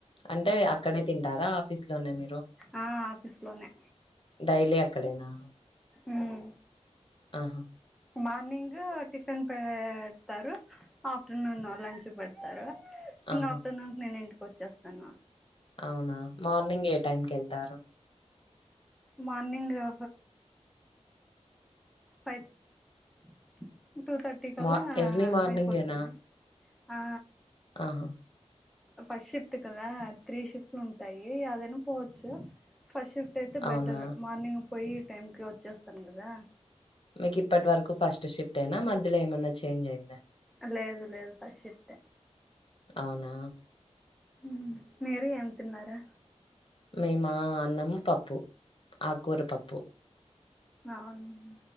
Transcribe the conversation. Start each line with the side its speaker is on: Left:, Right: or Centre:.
Left: అంటే అక్కడే తిం టారా ఆఫీస్ లోనే మీరు
Centre: ఆ, ఆఫీస్లోనే
Left: డైలీ అక్కడేనా
Centre: ఉమ్
Left: ఆహా
Centre: మార్నింగ్ టిఫిన్ పేడ్తారు ఆఫ్టర్నూన్ లంచ్ పెడతారు ఇంగ
Left: ఆహా!
Centre: ఆఫ్టర్నూన్ కి నేను ఇంటి కొచ్చేస్తాను
Left: అవునా మార్నింగ్ ఏ టైం కెళ్తారు
Centre: మార్నింగ్ ఆ ఫై <inaudible> టూ థర్టీ కల్లా
Left: మా ఎర్లీ మార్నింగేనా?
Centre: అయిపోతుంది ఆ
Left: ఆహా!
Centre: ఫస్ట్ షిఫ్ట్ కదా త్రీ షిఫ్ట్లుంటాయి యాదైనా పోవచ్చు ఫస్ట్ షిఫ్ట్ అయితే
Left: అవునా!
Centre: బెటర్ మార్నింగ్ పోయి టైంకి వచ్చేస్తాను కదా
Left: మీకు ఇప్పటి వరకు ఫస్ట్ షిఫ్టేనా మధ్యలో ఏమన్నా చేంజ్ అయిందా
Centre: లేదు లేదు ఫస్ట్ షిఫ్టే
Left: అవునా!
Centre: ఉమ్ మీరు ఏం తిన్నారు
Left: మేమా అన్నం పప్పు ఆకూర పప్పు
Centre: అవునా